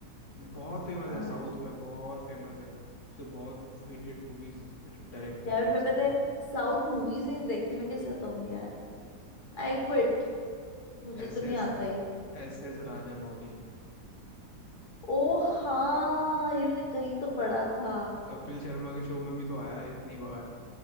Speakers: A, on the left; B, on the left.
A: नहीं, बहुत फेमस
B: आ,
A: है साउथ में बहुत फेमस है उसने बहुत हिट हिट मूवीज डायरेक्ट करी
B: यार
A: हैं
B: मैं
A: उसने
B: पता है साउथ मूवीज ही नहीं देखती मैं कैसे बताऊंगी यार आई क्विट मुझे
A: S
B: तो नहीं
A: S
B: आता ये
A: S S Rajamouli
B: ओ हाँ ये मैंने कहीं तो पढ़ा था
A: Kapil Sharma के शो में भी तो आया है इतनी बार